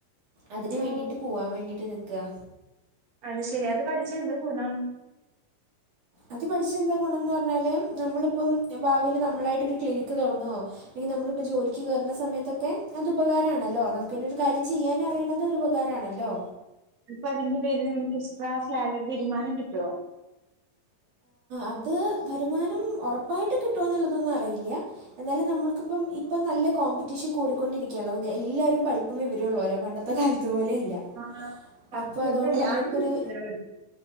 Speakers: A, on the right; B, on the right.
A: അതിനന്
B: ഓ
A: വേണ്ടിട്ട് പോവാൻ വേണ്ടിട്ട് നിക്കുക
B: അത് ശെരിയാ അത് പഠിച്ച എന്താ ഗുണം
A: അത് പഠിച്ച് എന്താ ഗുണംന്ന് പറഞ്ഞാൽ നമ്മളിപ്പം ഭാവിയിൽ നമ്മളായിട്ടൊരു ക്ലിനിക്ക് തുടങ്ങുവോ അങ്കിൽ നമ്മളിപ്പോ ജോലിക്ക് കേയറുന്ന സമയത്തൊക്കെ അത് ഉപകാരമാണല്ലോ നമുക്ക് കാര്യം ചെയ്യാൻ അറിയണത് ഒരു ഉപകാരാണല്ലോ
B: ഇപ്പൊ അതിന്റെ പേരിൽ നിങ്ങൾക്ക് എക്സ്ട്രാ സാലറി വരുമാനം കിട്ടോ
A: അത് വരുമാനം ഉറപ്പായിട്ടും കിട്ടുമ എന്നുള്ളതൊന്നും അറിയില്ല എന്നാലും നമ്മൾക്ക് ഇപ്പ ഇപ്പൊ നല്ല കോമ്പ റ്റീഷ കൂടിക്കൊണ്ടിരിക്കാനുള്ളത് എല്ലരും പഠിപ്പും വിവരമ ഉള്ളവരാ പണ്ടത്തെ കാലത്ത് പോലെയ അല്ല
B: ആഹ് സത്യം
A: അപ്പൊ അതോണ്ട്
B: ഇപ്പ എല്ലാരും
A: നമ്മക്കൊര്
B: പഠിക്കണതാണ്.